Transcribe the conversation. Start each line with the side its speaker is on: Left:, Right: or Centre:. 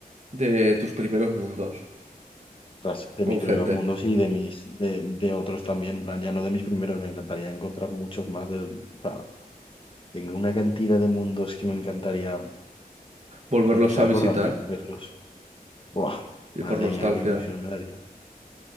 Right: de tus primeros mundos
Left: tras- de
Right: con
Left: mis primeros
Right: gente,
Left: mundos y de mis de, de otros también, en plan, ya no de mis primeros, me encantaría encontrar muchos más de, o sea, tengo una cantidad de mundos que me encantaría,
Right: volverlos
Left: aunque sea
Right: a visitar
Left: acordarme, verlos. Buah,
Right: y
Left: madre
Right: por nostalgia.
Left: mía, qué ilusión me daría.